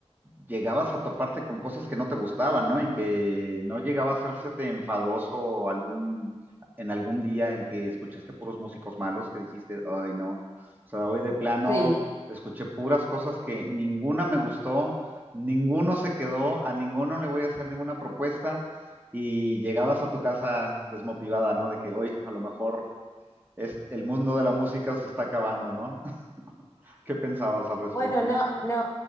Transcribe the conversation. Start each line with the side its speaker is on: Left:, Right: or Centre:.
Right: llegabas a toparte con cosas que no te gustaban, ¿no? Y que no llegaba a hacérsete enfadoso algún, en algún día en que escuchaste puros músicos malos que dijiste, ay, no. O sea, hoy de plano
Left: Sí.
Right: escuché puras cosas que ninguna me gustó, ninguno se quedó, a ninguno le voy a hacer ninguna propuesta y llegabas a tu casa desmotivada, ¿no? De que hoy a lo mejor es, el mundo de la música se está acabando, ¿no? <laughs> ¿Qué pensabas al respecto?
Left: Bueno, no, no,